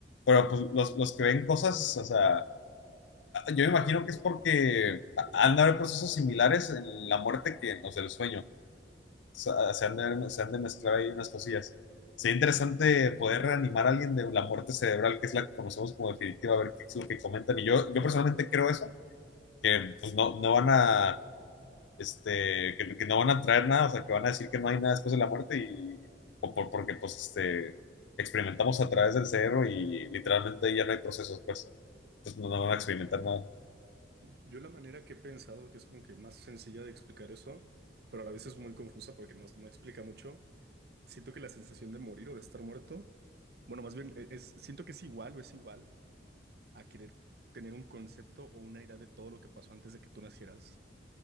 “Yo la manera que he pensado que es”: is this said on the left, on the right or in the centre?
Right